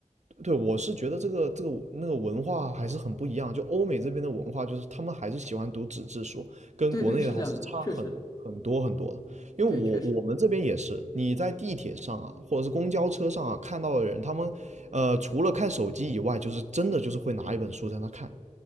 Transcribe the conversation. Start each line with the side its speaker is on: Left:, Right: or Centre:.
Right: 对，我是觉得这个这个那个文化还是很不一样。就欧美这边的文化，就是他们还是喜欢读纸质书，跟国内的还是差很很多很多的。
Left: 对对，是这样的，确实，
Right: 因为我我们这边也是，
Left: 对，确实。
Right: 你在地铁上啊，或者是公交车上啊，看到的人，他们呃除了看手机以外，就是真的就是会拿一本书在那看。